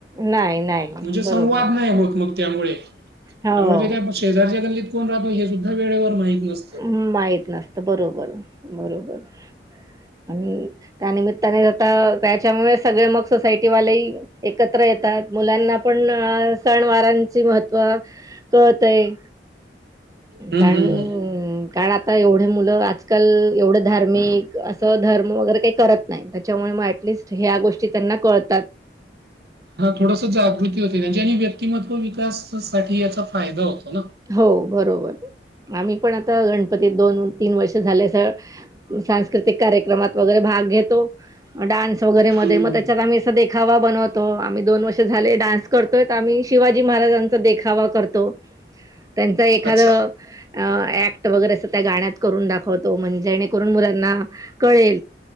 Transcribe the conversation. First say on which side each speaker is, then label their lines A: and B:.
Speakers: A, on the right; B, on the right.
A: नाही, नाही.
B: म्हणजे
A: बरोबर.
B: संवाद नाही होत मग त्यामुळे -
A: हो.
B: त्यामुळे ते काय शेजारच्या गल्लीत कोण राहतो हे सुद्धा वेळेवर माहीत नसतं.
A: माहीत नसत तर बरोबर बरोबर पण त्यानिमित्ताने ज त्याच्यामुळे सगळे मग सोसायटीवालेही एकत्र येतात मुलांना पण सण वारांची महत्व कळतय आहे.
B: हं,
A: कारण-
B: हं, हं, हं.
A: कारण आता एवढे मुलं आजकाल एवढं - धार्मिक असं धर्म वगैरे काही करत नाही त्याच्यामुळे मग ऍटलिस्ट ह्या गोष्टी त्यांना कळतात.
B: हा थोडस जागृती होती त्यांच्या आणि व्यक्तिमत्व विकास साठी याचा फायदा होतो ना -
A: हो बरोबर आम्ही पण आता गणपतीत दोन तीन वर्ष झाल्यास! सांस्कृतिक कार्यक्रमात वगैरे भाग घेतो. डान्स वगैरे मध्ये
B: हं.
A: मग त्याच्यात आम्ही असा देखावा बनवतो आम्ही दोन वर्ष झाले डान्स - करतोय आम्ही शिवाजी महाराजांचा देखावा करतो. त्यांच एखाद
B: अच्छा.
A: ऍक्ट वगैरे - त्या गाण्यात करून दाखवतो म्हण जेणेकरून मुलांना कळे